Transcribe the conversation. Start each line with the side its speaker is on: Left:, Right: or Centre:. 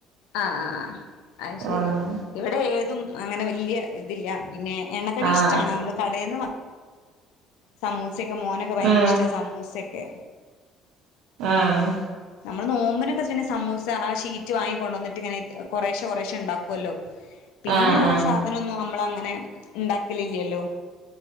Left: ആഹ് ആഹ് അയ്ശരി
Right: ആഹ്
Left: ഇവിടെ ഏതും അങ്ങനെ വല്ല്യ ഇതില്ല. പിന്നെ എണ്ണക്കടിയിഷ്ടാണ്
Right: ആഹ്
Left: നമ്മള് കടേന്ന് വാ സമൂസയക്കെ മോനൊക്കെ ഭയങ്കരയിഷ്ട
Right: ആഹ്
Left: സമൂസയെക്കെ
Right: ആഹ്
Left: നമ്മള് നോമ്പിനൊക്കെ പിന്നെ സമൂസ ആ ഷീറ്റ് വാങ്ങി കൊണ്ടോന്ന്ട്ട്ങ്ങനെ കൊറേശെ കൊറേശെ ഇണ്ടാകൊല്ലോ?
Right: <inaudible>
Left: പിന്നെ ആ
Right: ആഹ്
Left: സാധനൊന്നും അമ്മമളങ്ങനെ ഇണ്ടാക്കലില്ലല്ലോ?